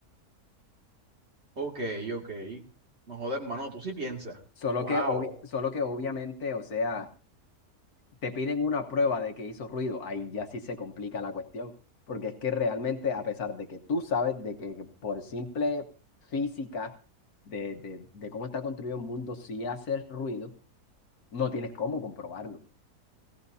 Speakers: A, on the right; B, on the left.
A: Ok, ok. No jodas, hermano. Tú sí piensas.
B: Solo
A: Wow.
B: que, obvi- solo que obviamente, o sea... te piden una prueba de que hizo ruido, ahí ya sí se complica la cuestión, porque es que realmente a pesar de que tú sabes de que por simple física de, de, de cómo está construido el mundo sí hace ruido, no tienes cómo comprobarlo.